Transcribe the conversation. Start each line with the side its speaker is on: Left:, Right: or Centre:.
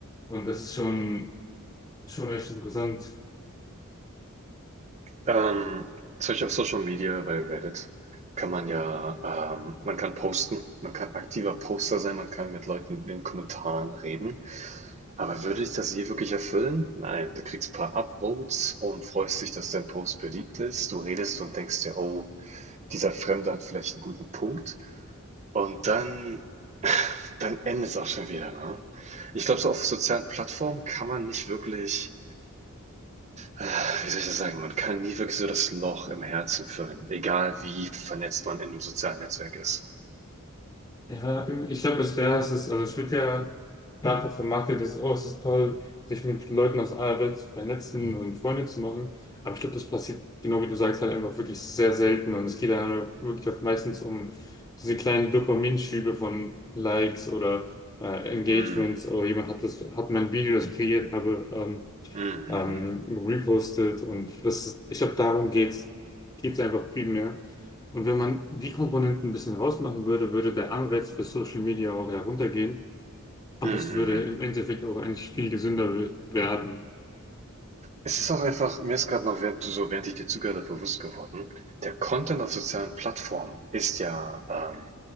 Left: Und das ist schon, schon echt interessant.
Right: Ähm, zum Beispiel auf Social Media bei Reddit kann man ja, ähm, man kann posten, man kann aktiver Poster sein, man kann mit Leuten in den Kommentaren reden. Aber würde ich das je wirklich erfüllen? Nein, du kriegst ein paar Upvotes und freust dich, dass dein Post beliebt ist. Du redest und denkst dir, oh, dieser Fremde hat vielleicht einen guten Punkt. Und dann dann endet es auch schon wieder, ne? Ich glaube, so auf sozialen Plattformen kann man nicht wirklich, äh, wie soll ich das sagen, man kann nie wirklich so das Loch im Herzen füllen, egal wie vernetzt man in einem sozialen Netzwerk ist.
Left: Ja, ich glaube, das wäre es, ist- also es wird ja dafür vermarktet, dass, oh, es ist toll, sich mit Leuten aus aller Welt zu vernetzen und Freunde zu machen. Aber ich glaube, das passiert, genau wie du sagst, halt einfach wirklich sehr selten. Und es geht dann wirklich oft meistens um diese kleinen Dopaminschübe von Likes oder äh, Engagements.
Right: Mhm.
Left: Oh, jemand hat das, hat mein Video, das ich kreiert habe, ähm,
Right: Mhm. Mhm.
Left: ähm, repostet und das ist, ich glaube, darum geht's, geht's einfach viel mehr. Und wenn man die Komponenten ein bisschen rausmachen würde, würde der Anreiz für Social Media auch heruntergehen. Aber
Right: Mhm. Mhm.
Left: es würde
Right: mhm.
Left: im Endeffekt auch eigentlich viel gesünder we- werden.
Right: Es ist auch einfach, mir ist gerade noch, während du so, während ich dir zugehört habe, bewusst geworden, der Content auf sozialen Plattformen ist ja, ähm,